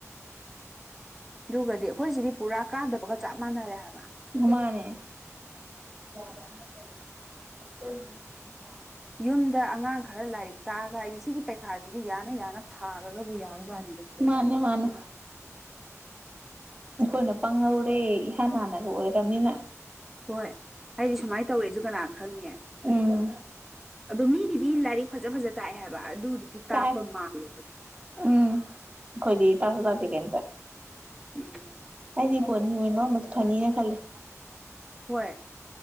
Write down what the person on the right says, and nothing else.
ꯃꯥꯅꯦ <inaudible>
ꯃꯥꯅꯦ ꯃꯥꯅꯦ ꯑꯩꯈꯣꯏꯅ ꯄꯪꯍꯧꯔꯦ ꯏꯍꯥꯟ ꯍꯥꯟꯅꯒ ꯑꯣꯏꯔꯕꯝꯅꯤꯅ
ꯎꯝ
ꯇꯥꯏ
ꯎꯝ ꯑꯩꯈꯣꯏꯗꯤ ꯇꯥꯔ ꯇꯗꯦ ꯀꯇ
ꯍꯥꯏꯗꯤꯕꯣꯅꯤꯅꯣꯃꯗꯨ ꯐꯅꯤꯅ ꯈꯜꯂꯦ